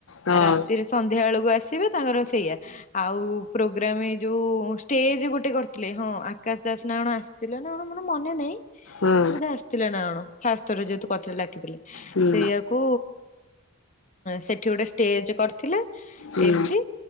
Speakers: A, on the left; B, on the left.
A: ହଁ
B: ଆ ରାତିରେ- ସଂଧ୍ୟାବେଳକୁ ଆସିବେ ତାଙ୍କର ସେଇଆ ଆଉ ପ୍ରୋଗ୍ରାମ ଯୋଉ - ଷ୍ଟେଜ ଗୋଟେ କରିଥିଲେ ହଁ ଆକାଶ ଦାସ ନା କଣ ଆସିଥିଲା ନା କଣ ମୋର ମନେ ନାହିଁ
A: ହଁ
B: ବୋଧେ - ଆସିଥିଲା ନା କଣ ଫାର୍ଷ୍ଟ ଥର ଯେହେତୁ କଥା ରେ ଡାକିଥିଲେ
A: ହୁଁ
B: ସେ - କୁ ସେଠି ଗୋଟେ ଷ୍ଟେଜ କରିଥିଲେ
A: ହୁଁ
B: ଏମିତି-